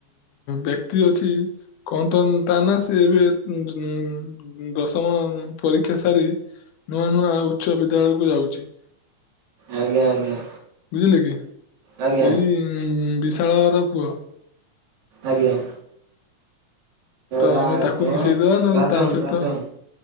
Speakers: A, on the left; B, on the right.
A: ବ୍ୟକ୍ତି ଅଛି କହନ୍ତ ତା ନା ସ ଏବେ ଦଶମ ପରୀକ୍ଷା ସାରି ନୂଆ ନୂଆ ଉଚ୍ଚ ବିଦ୍ୟାଳୟକୁୁ ଯାଉଛି।
B: ଆଜ୍ଞା ଆଜ୍ଞା।
A: ବୁଝିଲେ କି -ସେଇ
B: ଆଜ୍ଞା
A: ବିଶାଳଘର ପୁଅ।
B: ଆଜ୍ଞା।
A: ତ
B: ରା
A: ଆମେ ତାକୁ
B: କଣ
A: ମିଶେଇଦବା ନହେଲେ
B: ରାଜନ
A: ତା ସହିତ,
B: ରାଜନ